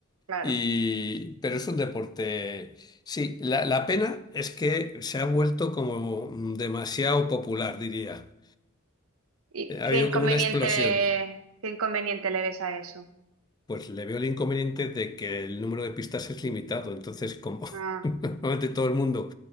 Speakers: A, on the right (about 80°); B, on the left (about 20°).
A: claro.
B: Y, pero es un deporte. Sí, la, la pena es que se ha vuelto como demasiado popular, diría.
A: ¿Y
B: Eh, Ha
A: qué
B: habido
A: inconveniente,
B: como una explosión.
A: qué inconveniente le ves a eso?
B: Pues le veo el inconveniente de que el número de pistas es limitado. Entonces, como <laughs>
A: Ah,
B: normalmente todo el mundo